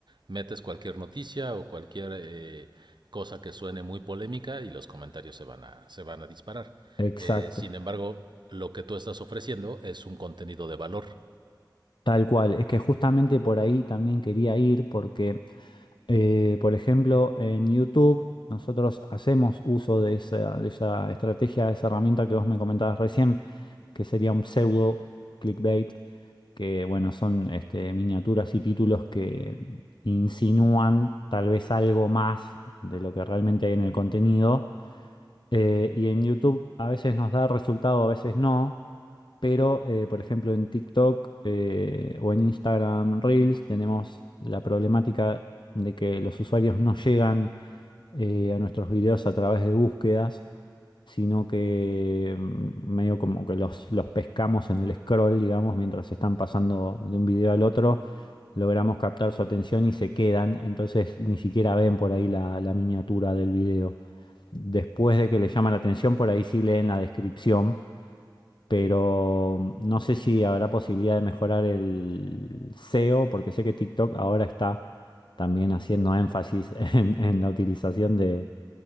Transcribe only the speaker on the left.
Exacto.
Tal cual, es que justamente por ahí también quería ir porque, eh, por ejemplo, en YouTube nosotros hacemos uso de esa, de esa estrategia, de esa herramienta que vos me comentabas recién, que sería un pseudo clickbait, que bueno, son este, miniaturas y títulos que insinúan tal vez algo más de lo que realmente hay en el contenido eh, y en YouTube a veces nos da resultado, a veces no, pero eh, por ejemplo en TikTok eh, o en Instagram Reels tenemos la problemática de que los usuarios no llegan eh, a nuestros videos a través de búsquedas, sino que mm, medio como que los, los pescamos en el scroll, digamos, mientras están pasando de un video al otro, logramos captar su atención y se quedan, entonces ni siquiera ven por ahí la, la miniatura del video. Después de que les llama la atención, por ahí sí leen la descripción. Pero mm, no sé si habrá posibilidad de mejorar el SEO, porque sé que TikTok ahora está también haciendo énfasis <laughs> en, en la utilización de,